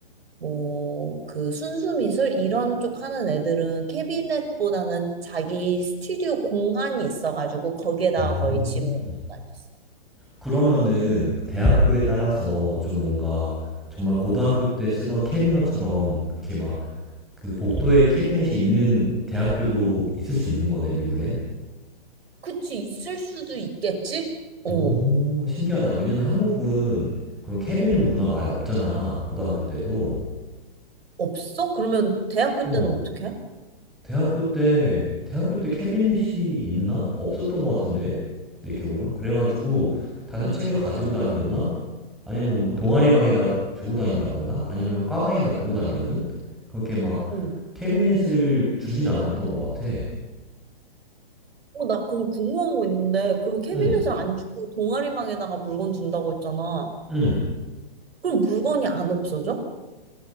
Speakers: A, on the right; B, in the centre.
A: 뭐, 그 순수 미술 이런 쪽 하는 애들은 캐비넷보다는 자기 스튜디오 공간이 있어가지고 거기에다가
B: 음.
A: 거의 짐을 넣고 다녔어.
B: 그러면은 대학교에 따라서 좀 뭔가 정말 고등학교 때 쓰던 캐비닛처럼 그렇게 막 그 복도에 캐비닛이 있는 대학교도 있을 수 있는 거네, 미국엔?
A: 그치, 있을 수도 있겠지? 어,
B: 오, 신기하다. 왜냐면 한국은 그런 캐비닛 문화가 아예 없잖아, 고등학교 때도.
A: 없어? 그러면 대학교
B: 어,
A: 때는 어떻게?
B: 대학교 때, 대학교 때 캐비닛이 있나? 없었던 것 같은데, 내 기억으로. 그래가지고, 다들
A: 음.
B: 책을 가지고 다니거나, 아니면 뭐 동아리 방에다 두고 다닌다거나, 아니면 과방에다 두고 다니거든? 그렇게 막,
A: 어,
B: 캐비닛을 주진 않았던 것 같아.
A: 어, 나 그럼 궁금한 거 있는데, 그럼 캐비넷을
B: 응,
A: 안 주고 동아리 방에다가 물건 둔다고 했잖아.
B: 응,
A: 그럼 물건이 안 없어져?